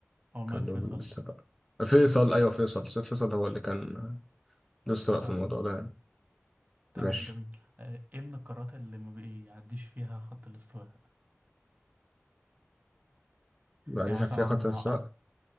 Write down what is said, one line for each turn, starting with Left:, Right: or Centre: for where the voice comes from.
Right: هو الملك
Centre: كان له
Right: فيصل
Centre: السبق فيصل ايوه فيصل س- فيصل هو اللي كان له السبق
Right: اها
Centre: في الموضوع ده يعني
Right: تمام
Centre: ماشي
Right: جميل آه، ايه من القارات اللي ما بيعديش فيها خط الاستواء
Centre: بعد
Right: يعني
Centre: كده
Right: مثلا
Centre: في
Right: عن
Centre: خط السبق
Right: هقعد